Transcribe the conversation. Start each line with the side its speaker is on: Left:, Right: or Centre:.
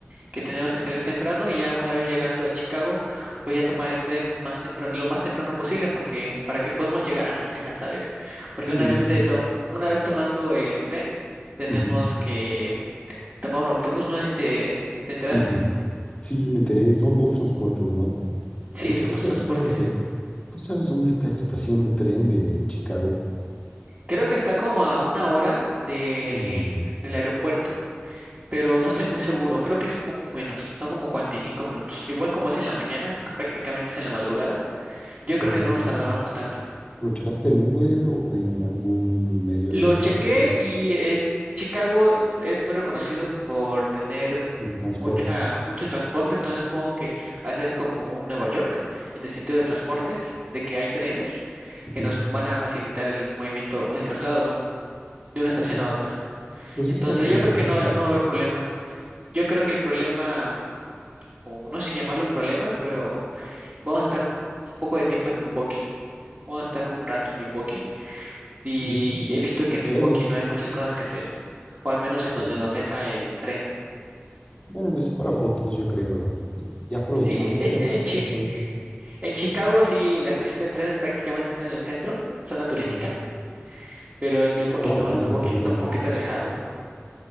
Right: que tenemos que salir temprano y ya una vez llegando a Chicago, pues ya tomar el tren más temprano, lo más temprano posible porque para que podamos llegar a la cena, ¿sabes? Porque
Left: sí,
Right: una
Left: no.
Right: vez de to- una vez tomando el tren, tenemos
Left: ujú,
Right: que tomar un autobús, no sé si te, te enteraste.
Left: Sí, sí. Sí, me enteré. Son dos transportes, ¿no?
Right: Sí,
Left: El primero,
Right: son dos
Left: ¿sabes
Right: transportes.
Left: cuál va a ser? ¿Tú sabes dónde está la estación de tren de Chicago?
Right: Creo que está como a una hora de
Left: No, mami.
Right: del aeropuerto, pero no estoy muy seguro, creo que es un poco menos, son como 45 minutos. Igual como es en la mañana, prácticamente es en la madrugada, yo creo
Left: Pero,
Right: que no nos tardamos tanto.
Left: ¿lo checaste en Uber o en algún medio
Right: Lo
Left: de transporte?
Right: chequé y eh, Chicago es, es muy reconocido por tener
Left: De transporte.
Right: mucha, mucho transporte, entonces supongo que hacer como un Nueva York en el sentido de transportes, de que hay trenes
Left: Ujú.
Right: que nos van a facilitar el movimiento, el traslado de un, de una
Left: Ah,
Right: estación
Left: pues,
Right: a otra.
Left: pues
Right: Entonces
Left: está como
Right: yo creo
Left: mejor,
Right: que no,
Left: ¿no?
Right: no va a haber problema. Yo creo que el problema, o no sé si llamarlo problema, pero vamos a estar un poco de tiempo en Milwaukee. Vamos a estar un rato en Milwaukee. Y
Left: Bien,
Right: he visto
Left: ah, no
Right: que en Milwaukee
Left: creo,
Right: no hay muchas cosas que hacer, o al menos en
Left: ¿crees?
Right: donde nos deja el tren.
Left: Bueno, que sea para fotos, yo creo. Y Ya aprovechando
Right: Sí, en,
Left: que vamos
Right: en,
Left: a estar
Right: Chi-
Left: por allá.
Right: en Chicago sí, la estación de tren prácticamente está en el centro, zona turística,
Left: Mm,
Right: pero en Milwaukee
Left: Pero vamos
Right: no,
Left: a
Right: en
Left: andar
Right: Milwaukee
Left: corriendo.
Right: sí está un poquito alejado.